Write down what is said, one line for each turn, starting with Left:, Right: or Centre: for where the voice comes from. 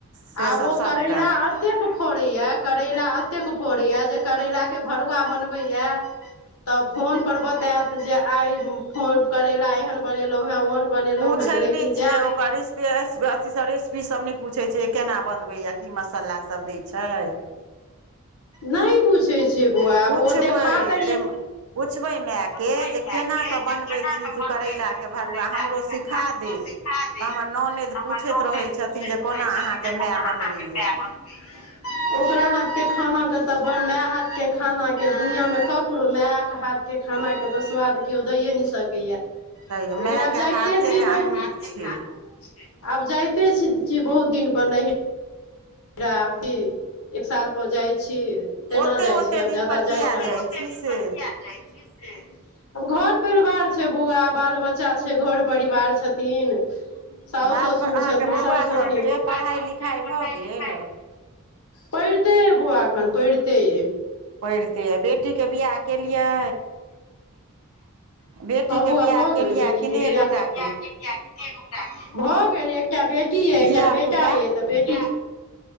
Right: से
Left: आब
Right: सब
Left: ओ
Right: सबटा
Left: करैला अतेक फड़ैया करैला एतेक फड़ैया जे करैलाक के भरुआ बनबेयै त फोन पर बतेत जे आइ फो करैला एहन बनेलुॅं हे ओहन बनेलहुँ
Right: पूछै
Left: हेँ लेकिन
Right: नयि
Left: जायब
Right: छियै ओकर रेस-पि-रेस- अथी सब रेसपी सब नयि पूछै छियै केना बनबैए की मसा तला सब दै छयि
Left: नै पूछै छियै बौउआ आब
Right: पुछबै
Left: ओ देखा दैया
Right: जे पुछबै मायके
Left: पूछबै
Right: जे
Left: मैए
Right: केना
Left: के,
Right: कऽ
Left: जे
Right: बनबै
Left: केना
Right: छी
Left: कऽ
Right: तू
Left: बनबै
Right: करैलाके
Left: छिही
Right: भरुआ
Left: करैला
Right: हमरो
Left: के भरूआ,
Right: सिखा
Left: हमरो
Right: दे
Left: सिखा खा
Right: तऽ
Left: दे,
Right: हमर ननदि
Left: हमर
Right: पूछैत
Left: ननैद
Right: रहै छथिन
Left: पूछैत
Right: जे
Left: रहै
Right: कोना
Left: छथिन
Right: अहाँके
Left: जे कोना
Right: माय बनबैया
Left: अहाँके मैय बनबै ओकरा हाथ के खाना के तऽ बर मैए हा के खानाके दुनिआ मे ककरो, मायक हाथके खानाके तऽ स्वाद केओ दैए नै सकैए।
Right: छै
Left: लेकिन
Right: मायके
Left: आब जाते
Right: हाथेके
Left: छी बहुत
Right: अनूप
Left: मैए के हाथे
Right: छै
Left: के अनूप छै। आब जाइते छी, छी, बहुत दिन पर नेै <unintelligible> अभी एक साल पर जाइ छी। तेना
Right: ओते
Left: जाइ
Right: ओते
Left: छी, आब
Right: दिन
Left: जादा
Right: पर
Left: जाय
Right: किया
Left: कहाँ छी,
Right: जाइ
Left: ओते-ओते दिन
Right: से
Left: पर किया जाय छी से। आब घर परिवार छै बौआ, बाल बच्चा छै, घर परिवार छथिन। साउ-
Right: बाल
Left: ससुर
Right: अहाँके
Left: छथिन,
Right: बौआ
Left: सब छथिन,
Right: सबके
Left: ताबत
Right: पढ़ाइ
Left: आहाँके बउआ के
Right: लिखाइ
Left: पढ़ाई-
Right: भऽ गेल
Left: लिखाइ पढ़िते अय बौआ एखन, पढ़िते यै।
Right: पढ़िते अइ, बेटीके बिआह केलियै? बेटीके
Left: हँ बौआ
Right: बियाह
Left: भऽ
Right: केलियै
Left: गेलै बेटीके
Right: कि नहि
Left: बियाह
Right: एकोटाके
Left: <unintelligible> भऽ गेलै, एकटा बेटी अइ, एकटा
Right: धिया
Left: बेटा
Right: पुता
Left: अइ, तऽ बेटी